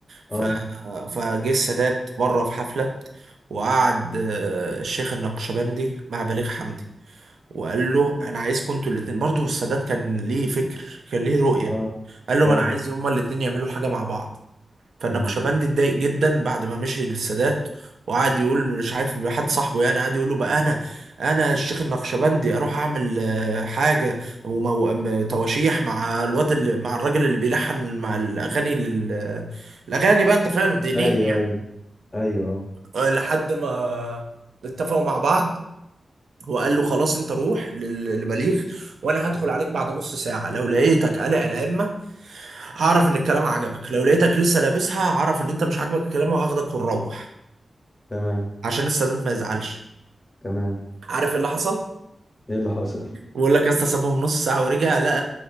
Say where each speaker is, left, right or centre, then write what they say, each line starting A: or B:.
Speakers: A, on the right (about 80°); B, on the left (about 25°).
A: ف...
B: اه
A: فجه السادات بره في حفلة وقعد آه، الشيخ النقشبندي مع بليغ حمدي وقال له انا عايزكم انتوا الاتنين برضو السادات كان ليه فكر كان ليه رؤية
B: اه
A: قال له
B: اه
A: ما انا عايز هما الاتنين يعملوا حاجة مع بعض فالنقشبندي
B: امم
A: اتضايق جدا بعد ما مشي للسادات وقعد يقول مش عارف حد صاحبه يعني قعد يقول له بقى انا انا الشيخ النقشبندي اروح اعمل آه، حاجه ومو- م- تواشيح مع الواد اللي مع الراجل اللي بيلحن مع الاغاني لل... الاغاني بقى انت فاهم دينيا
B: ايوه
A: يعني
B: ايوه ايوه
A: آه، لحد ما اتفقوا مع بعض وقال له خلاص انت روح لل- للبليغ وانا هدخل عليك بعد نص ساعه لو لقيتك قلع العمه هعرف ان الكلام عجبك لو لقيتك لسه لابسها هعرف ان انت مش عاجبك الكلام وهاخدك ونروح
B: تمام
A: عشان السادات ما يزعلش
B: تمام
A: عارف إيه اللي حصل
B: ايه اللي حصل
A: بقول لك يا اسطى سابهم نص ساعه ورجع لقى